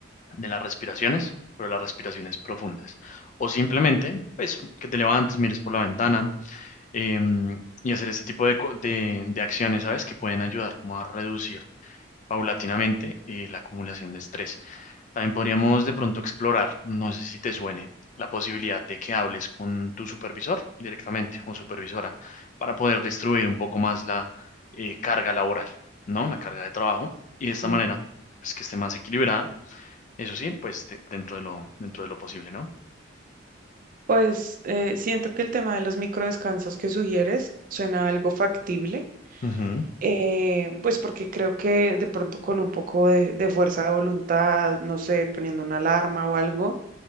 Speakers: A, on the left; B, on the right.
A: de las respiraciones, pero las respiraciones profundas. O simplemente, pues, que te levantes, mires por la ventana em, y hacer este tipo de, co- de, de acciones, ¿sabes? Que pueden ayudar como a reducir paulatinamente eh, la acumulación de estrés. También podríamos de pronto explorar, no sé si te suene, la posibilidad de que hables con tu supervisor directamente o supervisora para poder distribuir un poco más la eh, carga laboral, ¿no? La carga de trabajo y de esta
B: Ujú.
A: manera, pues que esté más equilibrada, eso sí, pues de- dentro de lo, dentro de lo posible, ¿no?
B: Pues eh, siento que el tema de los microdescansos que sugieres suena algo factible,
A: Ujú,
B: eh, pues porque creo que de pronto con un poco de, de fuerza de voluntad, no sé, poniendo una alarma o algo,